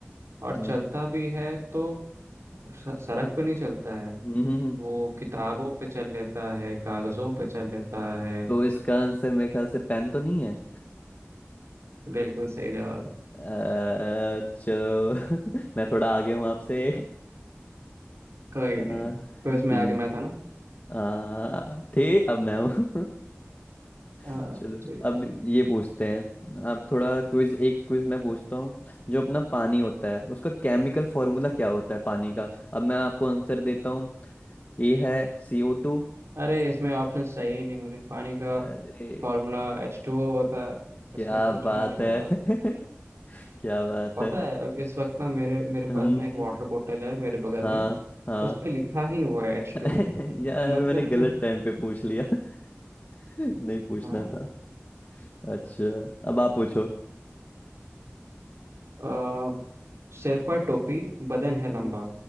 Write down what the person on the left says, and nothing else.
हम्म
हम्म हम्म, हम्म।
तो इसका आंसर मेरे ख्याल से पेन तो नहीं है
अ, चलो <laughs> मैं थोड़ा आगे हूँ आपसे
अ,
ठीक
आ, थे अब मैं हूँ <laughs>
चलो
अब
ये पूछते हैं आप थोड़ा क्विज एक क्विज मैं पूछता हूँ जो अपना पानी होता है उसका केमिकल फॉर्मूला क्या होता है पानी का अब मैं आपको आंसर देता हूँ ए है सी ओ टू
अरे
क्या
बात
है
<laughs>
क्या बात
है
हम
हाँ
हाँ
<laughs>
यार
मैंने गलत टाइम पे पूछ लिया <laughs> नहीं पूछना
था अच्छा अब आप पूछो
हम्म